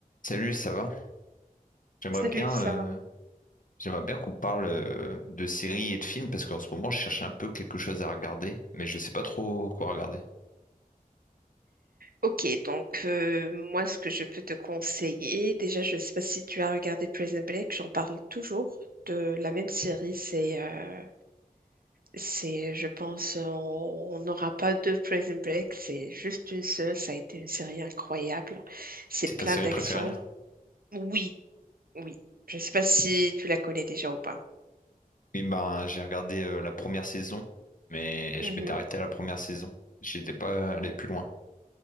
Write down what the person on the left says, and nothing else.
Salut, ça va? J'aimerais
bien,
euh,
j'aimerais bien qu'on parle euh, de séries et de films parce qu'en ce moment, je cherche un peu quelque chose à regarder, mais je sais pas trop quoi regarder.
C'est ta
série
préférée?
Oui, ben j'ai regardé euh, la première saison, mais
je m'étais arrêté à la première saison. J'étais pas allé plus loin.